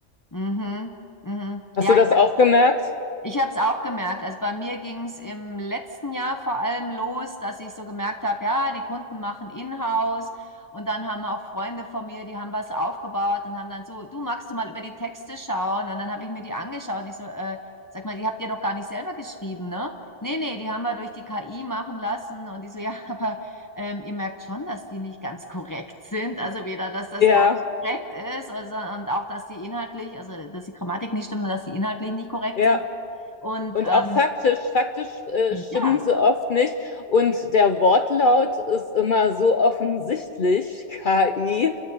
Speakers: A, on the left; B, on the left.
A: Mhm, mhm.
B: Hast
A: Ja,
B: du das auch gemerkt?
A: Ich habe es auch gemerkt. Also bei mir ging es im letzten Jahr vor allem los, dass ich so gemerkt habe, ja, die Kunden machen Inhouse und dann haben auch Freunde von mir, die haben was aufgebaut und haben dann so, du magst du mal über die Texte schauen? Und dann habe ich mir die angeschaut und ich so, äh, sag mal, die habt ihr doch gar nicht selber geschrieben, ne? Nee, nee, die haben wir durch die KI machen lassen und die so, ja, <laughs> aber ähm, ihr merkt schon, dass die nicht ganz korrekt sind. Also weder, dass das
B: Ja,
A: Deutsch korrekt ist also, und auch, dass die inhaltlich, also dass die Grammatik nicht stimmt und dass die inhaltlich nicht korrekt
B: ja.
A: sind. Und
B: Und
A: ähm,
B: auch faktisch, faktisch äh, stimmen
A: ja,
B: sie oft nicht. Und der Wortlaut ist immer so offensichtlich, <laughs> KI,